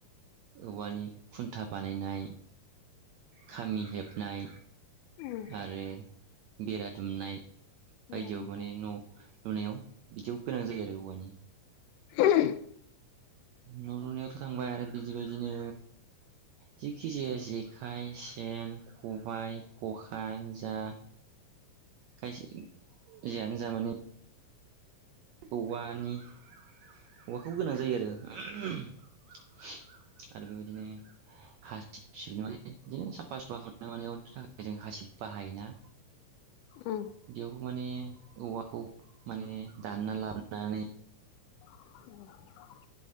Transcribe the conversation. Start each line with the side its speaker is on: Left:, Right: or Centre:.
Right: औवानि खुन्था बानायनाय खामि हेबनाय
Left: उम
Right: आरो बेरा दुमनाय
Left: बेरा
Right: बायदियाव
Left: दुमनाय
Right: माने न लुनायाव बिदियाव गोनां जायो आरो औवानि
Left: उम
Right: न लुनायावथ थांबाय आरो बिदिबायदिनो जिखि जाया जेखाइ सेन खबायाइ खखा यानो जा खायसे जियानो जा माने औवानि औवाखौ गोनां जायो आरो आरो बेबायदिनो हासिब बिदिनो साफा सुफा खालामनाय नि थाखाय जों हासि बाहायोना
Left: औ
Right: बेयावबो माने औवाखौ माने दानना लाबोनानै
Left: औ